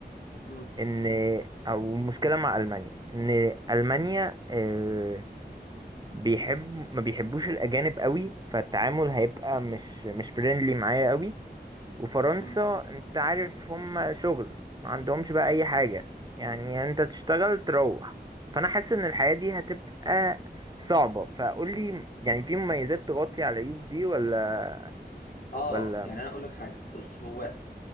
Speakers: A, on the left (about 60°); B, on the right (about 25°).
A: امم
B: ان او مشكله مع المانيا ان المانيا آه، بيحب ما بيحبوش الاجانب قوي فالتعامل هيبقى مش مش فريندلي معايا قوي وفرنسا
A: امم
B: انت عارف هم شغل ما عندهمش بقى اي حاجة يعني انت تشتغل تروح فانا حاسس ان الحياة دي هتبقى صعبة فقول لي يعني في مميزات تغطي على العيوب دي ولا
A: اه
B: ولا
A: يعني
B: م-
A: انا اقول لك حاجه بص هو